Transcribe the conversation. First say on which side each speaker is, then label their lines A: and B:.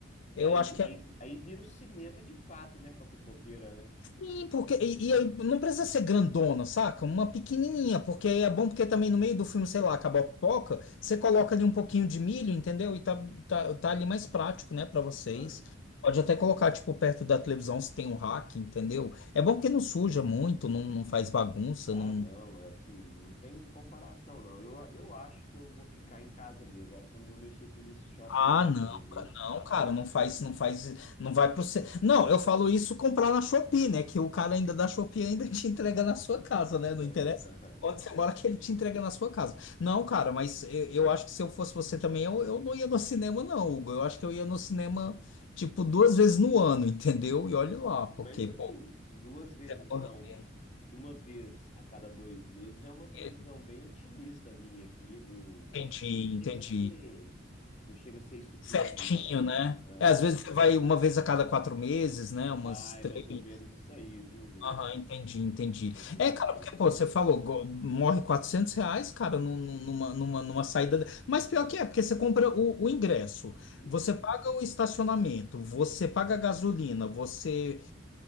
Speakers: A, on the left; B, on the left.
A: É,
B: Eu
A: aí,
B: acho que
A: aí,
B: é
A: aí vira o cinema de fato, né, com a pipoqueira, né?
B: Sim, porque e, e aí não precisa ser grandona, saca? Uma pequenininha, porque aí é bom porque também no meio do filme, sei lá, acabou a pipoca, você coloca ali um pouquinho de milho, entendeu? E tá, tá, tá ali mais prático, né, pra vocês.
A: Ah,
B: Pode até colocar, tipo, perto da televisão se tem um rack, entendeu? É bom porque não suja muito, não, não faz bagunça,
A: Ah,
B: não,
A: não, é assim, não tem comparação, não. Eu, eu acho que eu vou ficar em casa mesmo. Eu acho que eu não vou mexer com esse shopping
B: Ah,
A: hoje,
B: não,
A: não, viu?
B: cara, não, cara, não faz, não faz, não vai pro você. Não, eu falo isso comprar na Shopee, né? Que o cara ainda da Shopee ainda <laughs> te entrega na sua casa, né?
A: <laughs>
B: Não interessa onde você mora que ele te entrega na sua casa. Não, cara, mas eu, eu acho que se eu fosse você também, eu, eu não ia no cinema, não, Hugo. Eu acho que eu ia no cinema, tipo, duas vezes no ano, entendeu? E olhe lá, porque,
A: Mas, assim,
B: pô,
A: duas vezes
B: você morre
A: ao,
B: de
A: uma vez a cada dois meses
B: maconheiro.
A: é uma previsão bem otimista minha aqui. Não,
B: entendi,
A: acho que não chega
B: entendi.
A: a ser, não chega a ser isso tudo,
B: Certinho,
A: não.
B: né?
A: É.
B: É, às vezes você vai uma vez a cada quatro meses, né? Umas
A: Ah,
B: três.
A: é mais ou menos isso aí, viu, Gleito?
B: Aham, entendi, entendi.
A: Mais ou menos
B: É, cara,
A: isso.
B: porque, pô, você falou, go- morre 400 reais, cara, num- num- numa, numa, numa saída. da- Mas pior que é, porque você compra o, o ingresso,
A: Uhum.
B: você paga o estacionamento, você paga a gasolina, você.